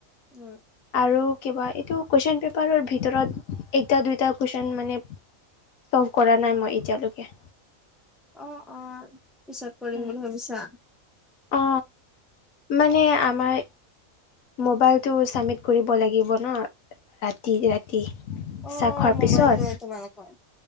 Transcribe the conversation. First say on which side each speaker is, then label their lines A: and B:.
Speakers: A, in the centre; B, on the left.
A: উম,
B: আৰু কিবা এইটো কুৱেশচন পেপাৰৰ ভিতৰত একটা দুইটা কুৱেশচন মানে চলভ কৰা নাই মই এতিয়ালৈকে।
A: অ', অ', পিছত কৰিম
B: উম
A: বুলি ভাবিছা?
B: অ, মানে আমাৰ মোবাইলটো ছাবমিট কৰিব লাগিব ন ৰাতি - ৰাতি।
A: অ,
B: চাহ খোৱাৰ
A: মোবাইল
B: পিছত
A: লয় তোমালোকৰ।